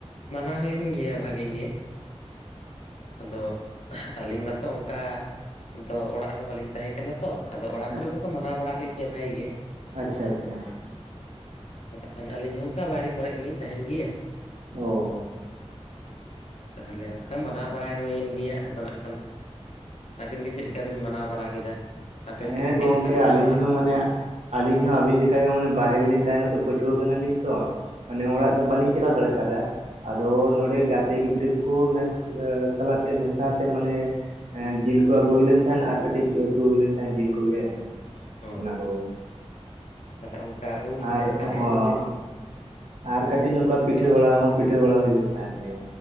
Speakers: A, on the left (about 75°); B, on the right (about 75°).
A: ᱢᱟᱱᱟᱣ ᱦᱩᱭᱮᱱ ᱜᱮᱭᱟ ᱵᱷᱟᱜᱤ ᱜᱮ᱾ ᱟᱫᱚ ᱟᱹᱞᱤᱧ ᱢᱟᱛᱚ ᱚᱝᱠᱟ ᱫᱚ ᱚᱲᱟᱜ ᱨᱮᱦᱚᱸ ᱵᱟᱹᱞᱤᱧ ᱛᱟᱦᱮᱸ ᱠᱟᱱᱟ ᱛᱚ, ᱟᱫᱚ ᱚᱲᱟᱜ
B: ᱟᱪᱪᱷᱟ
A: ᱠᱚᱨᱮ ᱫᱚᱠᱚ ᱢᱟᱱᱟᱣ ᱵᱟᱲᱟ ᱠᱮᱫ ᱜᱮᱭᱟ ᱵᱷᱟᱭᱤ ᱜᱮ᱾
B: ᱟᱪᱪᱷᱟ ᱟᱪᱪᱷᱟ᱾
A: ᱟᱫᱚ ᱱᱟᱜ ᱠᱷᱟᱱ ᱟᱹᱞᱤᱧ ᱦᱚᱸ ᱚᱱᱠᱟ ᱵᱟᱭᱨᱮ ᱠᱚᱨᱮ ᱜᱮᱞᱤᱧ ᱛᱟᱦᱮᱱ ᱜᱮᱭᱟ᱾
B: ᱚ᱾
A: ᱛᱟᱦᱚᱞᱮ ᱚᱱᱠᱟ ᱢᱟᱱᱟᱣ ᱵᱟᱲᱟᱭ ᱦᱩᱭᱮᱱ ᱜᱮᱭᱟ, ᱟᱫᱚ ᱱᱟᱜ ᱠᱷᱟᱱ ᱟᱹᱵᱤᱱ ᱜᱮ ᱪᱮᱫ ᱞᱮᱠᱟ ᱵᱤᱱ ᱢᱟᱱᱟᱣ ᱵᱟᱲᱟ ᱠᱮᱫᱟ? ᱟᱯᱮ
B: ᱦᱮᱸ
A: ᱥᱮᱫ ᱜᱮ ᱪᱮᱫ
B: ᱜᱚᱝᱠᱮ
A: ᱞᱮᱠᱟ ᱢᱟᱱᱟᱣ
B: ᱟᱹᱞᱤᱧ
A: ᱵᱟᱲᱟ
B: ᱦᱚᱸ
A: ᱦᱩᱭᱱᱟ
B: ᱢᱟᱱᱮ ᱟᱹᱞᱤᱧ ᱦᱚᱸ ᱟᱹᱵᱤᱱ ᱞᱮᱠᱟᱜᱮ ᱢᱟᱱᱮ ᱵᱟᱨᱦᱮ ᱨᱮᱞᱤᱧ ᱛᱟᱦᱮᱱᱟ ᱛᱚ ᱯᱟᱹᱴᱷᱩᱣᱟᱹ ᱠᱟᱱᱟᱞᱤᱧ ᱛᱚ ᱢᱟᱱᱮ ᱚᱲᱟᱜ
A: ᱚ
B: ᱫᱚ ᱵᱟᱞᱤᱧ ᱪᱟᱞᱟ ᱫᱟᱲᱮ ᱠᱟᱫᱟ, ᱟᱫᱚ
A: ᱟᱪᱪᱷᱟ,
B: ᱱᱚᱰᱮ ᱜᱟᱛᱮ ᱜᱤᱫᱽᱨᱟᱹ ᱠᱚ ᱢᱮᱥ ᱟ ᱥᱟᱞᱟᱜ ᱛᱮ ᱢᱮᱥᱟᱛᱮ ᱢᱟᱱᱮ ᱮ ᱡᱤᱞ ᱠᱚ ᱟᱹᱜᱩ ᱦᱩᱭ ᱞᱮᱱ ᱛᱟᱦᱮᱸᱱ ᱟᱨ ᱠᱟᱹᱴᱤᱡ ᱩᱛᱩ ᱦᱩᱭ ᱞᱮᱱ ᱛᱟᱦᱮᱸᱱ ᱡᱤᱞ ᱠᱚᱜᱮ ᱾
A: ᱚ
B: ᱚᱱᱟ ᱠᱚᱜᱮ
A: ᱟᱪᱪᱷᱟ᱾ ᱛᱟᱦᱚᱞᱮ ᱚᱱᱠᱟ ᱩᱞ
B: ᱟᱨ
A: ᱥᱮ ᱠᱟᱱᱴᱷᱟᱲ
B: ᱦᱚᱸ
A: ᱠᱚᱵᱤᱱ
B: ᱾ ᱟᱨ ᱠᱟᱹᱴᱤᱡ ᱱᱚᱝᱠᱟ ᱯᱤᱴᱷᱟᱹ ᱵᱟᱲᱟ ᱦᱚᱸ ᱯᱤᱴᱷᱟᱹ ᱵᱟᱲᱟ ᱦᱩᱭᱞᱮᱱ ᱛᱟᱦᱮᱸᱱ ᱜᱮᱭᱟ᱾